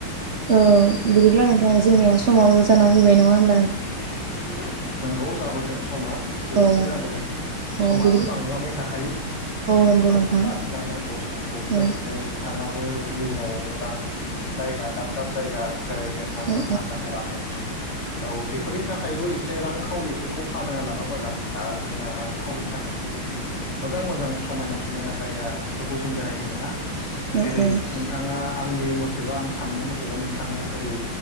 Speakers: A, on the right (about 55°); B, on the left (about 80°).
A: ओ
B: नंगौ
A: बिदिब्ला नोंथां जोंनिया समाबो जाना फैबाय नङा होम
B: <inaudible> नोंगौ जाबो जों समा एसे
A: औ
B: एसे जाबोदों
A: औ
B: समाथ'
A: बिदि
B: बांलांबाय थाखायो
A: नंगौ
B: औ
A: नोंथां
B: बारज्लांनांगौ समखौ बेबायदिनो
A: औ
B: नोंथाङा बो इयुनाव मोजां जायगा दाब दाब जायगा बेरायगोन होननानै
A: औ
B: आं आसा खालामो औ बे फोरनि थाखायबो एस से रांखावरिफोरखौ खामायना लाबा मोजां दा जोंना रांखावरिनि थाखायनो जों मोजां मोजां समायना समायना जायगाफोरखौ जों बेरायनो मोना।
A: औ
B: जेरै
A: औ
B: नोंथाङा आंनि मथेबा आं साननाय मथेबा नों थाङा ओरै